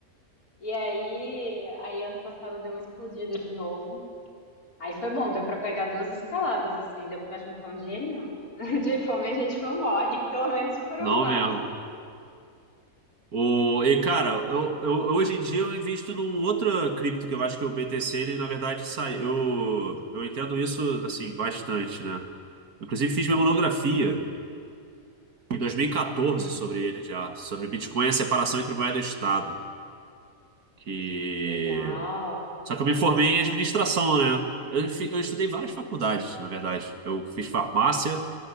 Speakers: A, on the left; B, on the right.
A: e aí, aí ano passado deu uma explodida de novo. Aí foi bom, deu pra pegar duas escaladas, assim, deu pra juntar um dinheirinho. <laughs> De fome a gente não morre, pelo menos por uns
B: Não
A: anos.
B: mesmo. O, e cara, eu, eu- hoje em dia eu invisto num outra cripto que eu acho que o BTC, ele na verdade sai. Eu, eu entendo isso assim bastante, né? Inclusive fiz minha monografia em 2014
A: Hum,
B: sobre ele já, sobre Bitcoin e a separação entre moeda e Estado. Que...
A: legal.
B: Só que eu me formei em administração, né? Eu, fi- eu estudei várias faculdades, na verdade. Eu fiz farmácia,